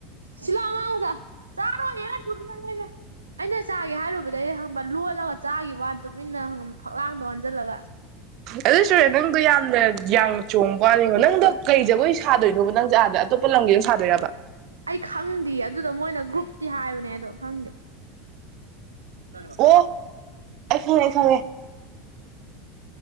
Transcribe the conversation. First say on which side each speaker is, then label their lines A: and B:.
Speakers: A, on the right; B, on the right.
A: ꯁꯤꯂꯥꯎ ꯑꯉꯥꯡ ꯃꯆꯥ ꯆꯥꯔꯣꯏꯌꯦ ꯀꯩꯁꯨ ꯏꯃꯩ ꯃꯩ ꯑꯩꯅ ꯆꯥꯒꯦ ꯍꯥꯏꯔꯨꯕꯗꯒꯤ ꯈꯪꯕ꯭ꯔꯥ ꯂꯣꯠꯂꯒ ꯆꯥꯒꯤ ꯋꯥꯅꯦ ꯇꯨꯃꯤꯟꯅ ꯈꯪꯉꯕ ꯐꯛꯂꯥꯡꯗ ꯑꯣꯟꯖꯤꯜꯂꯒ
B: ꯑꯗꯨ ꯁꯨꯔꯦ ꯅꯪꯗꯣ ꯌꯥꯝꯅ ꯌꯥꯡꯅ ꯆꯣꯡꯕ ꯋꯅꯤꯉꯣ ꯅꯪꯗꯣ ꯀꯩ ꯖꯒꯣꯏ ꯁꯥꯗꯣꯏꯅꯣꯕ ꯅꯪꯖꯦ ꯑꯥꯗ ꯑꯇꯣꯞꯄ ꯂꯝꯒꯤ ꯁꯥꯗꯣꯏꯔꯕ
A: ꯑꯩ ꯈꯪꯗꯤꯌꯦ ꯑꯗꯨꯗꯣ ꯃꯣꯏꯅ ꯒ꯭ꯔꯨꯞꯇꯤ ꯍꯥꯏꯕꯅꯦ ꯑꯗꯣ ꯈꯪꯗꯦ ꯆꯒꯦ ꯂꯥꯎ ꯆꯒꯦ
B: ꯑꯣ
A: ꯂꯥꯎ
B: ꯑꯩ ꯈꯪꯉꯦ ꯑꯩ ꯈꯪꯉꯦ